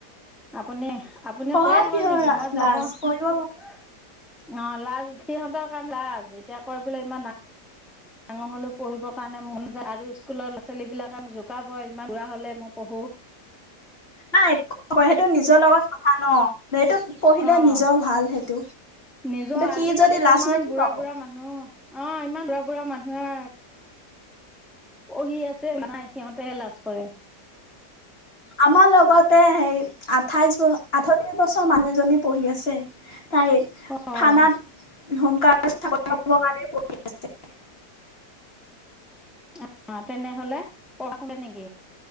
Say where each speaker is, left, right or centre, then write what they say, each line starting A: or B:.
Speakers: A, in the centre; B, on the left.
A: আপুনি আপুনি
B: পঢ়াত
A: কয় হ'ল
B: কিহৰ
A: নেকি মই যাব
B: লাজ
A: অঁ
B: পঢ়িব
A: লাজ সিহঁতৰ কাৰণে লাজ এতিয়া কৈ বোলে ইমান দা ডাঙৰ হ'লেও পঢ়িবৰ কাৰণে মন যায় আৰু স্কুলৰ ল'ৰা ছোৱালীবিলাকে মোক জোকাব ইমান দূৰা হ'লে মই পঢ়োঁ
B: নাই একোয় সেইটো নিজৰ লগত কথা ন এইটোোক পঢ়িলে
A: অ।
B: নিজৰ ভাল সেইটো সেইটো
A: নিজৰ আজিকালি
B: সি যদি
A: কিমান
B: লাজ হয় কি
A: বুঢ়া
B: পব
A: বুঢ়া মানুহ অ ইমান বুঢ়া বুঢ়া মানুহে পঢ়ি আছে মানে সিহঁতহে লাজ কৰে
B: আমাৰ লগত আগতে সেই আঠাইছ ব আঠত্ৰিশ বছৰ মানুহ এজনী পঢ়ি আছে। তাই
A: হয়
B: থানাত হোমগাৰ্ড কথাকে পঢ়া আছে
A: অঁ অঁ তেনেহলে পঢ়া শুনে নেকি?